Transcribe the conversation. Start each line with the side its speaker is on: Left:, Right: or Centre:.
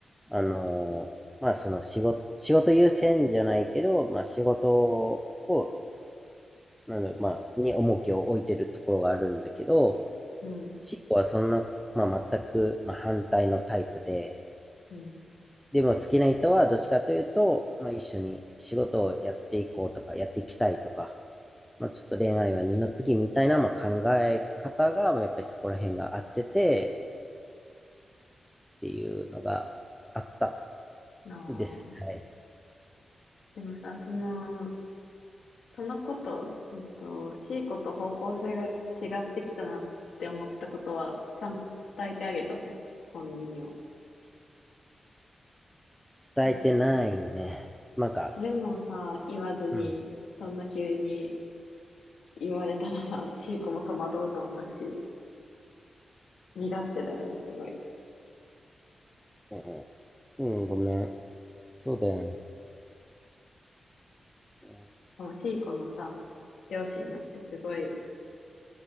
Centre: あのーまあ、その仕事、仕事優先じゃないけど、まあ、仕事を、なんだろうまあ、に重きを置いてるところがあるんだけど、
Left: うん、
Centre: シコはそんな、まあ、全く、まあ、反対のタイプで、
Left: うん。
Centre: でも好きな人はどっちかというと、まあ、一緒に仕事をやっていこうとか、やっていきたいとか、まあ、ちょっと恋愛は二の次みたいな、まあ、考え方が、まあやっぱりそこら辺が合ってて、っていうのがあった
Left: なあ。
Centre: んです。はい。
Left: でもさ、その、その子と、えっと、C 子と方向性が違ってきたなって思ったことは、ちゃんと伝えてあげたの本人には。
Centre: 伝えてないね。
Left: なんか、
Centre: なんか、
Left: それもさ、言わずに、
Centre: うん、
Left: そんな急に言われたらさ、C 子も戸惑うと思うし。身勝手だよね、すごい。
Centre: うん、うん、ごめん。そうだよね。うん
Left: もうシーコのさ、両親だってすごい